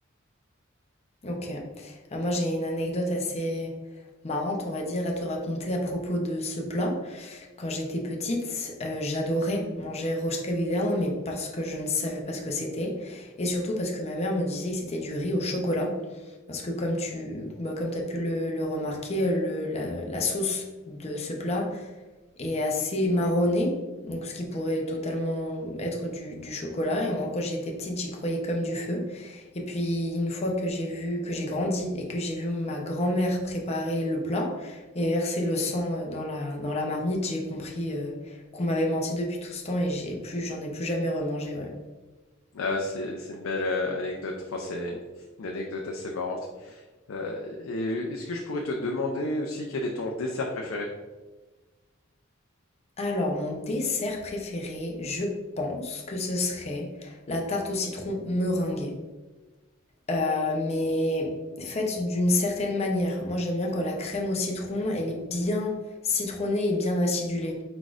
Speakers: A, on the left; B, on the left.
A: Ok. Euh, moi, j'ai une anecdote assez marrante, on va dire, à te raconter à propos de ce plat. Quand j'étais petite, euh, j'adorais manger roast cabillaud, mais parce que je ne savais pas ce que c'était. Et surtout parce que ma mère me disait que c'était du riz au chocolat. Parce que comme tu bah, comme t'as pu le, le remarquer, le- la, la sauce de ce plat et assez marronné, donc ce qui pourrait totalement être du, du chocolat. Et moi, quand j'étais petite, j'y croyais comme du feu. Et puis, une fois que j'ai vu, que j'ai grandi et que j'ai vu ma grand-mère préparer le plat et verser le sang euh, dans la, dans la marmite, j'ai compris euh, qu'on m'avait menti depuis tout ce temps et j'ai plus, j'en ai plus jamais remangé, ouais.
B: ah c'est c'est une belle euh, anecdote. Enfin, c'est une une anecdote assez marrante. Euh, et est-ce que je pourrais te demander aussi quel est ton dessert préféré?
A: Alors, mon dessert préféré, je pense que ce serait la tarte au citron meringuée. Euh, mais faite d'une certaine manière. Moi, j'aime bien quand la crème au citron, elle est bien citronnée et bien acidulée.